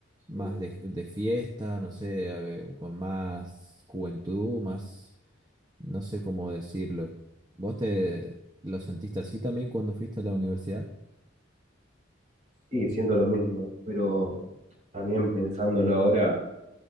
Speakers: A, on the right; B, on the right.
A: más
B: Sí,
A: de, de fiesta, no sé, a ver, con más juventud, más, no sé cómo decirlo. ¿Vos te lo sentiste así también cuando fuiste a la universidad?
B: Sí, siento lo mismo, pero también pensándolo ahora,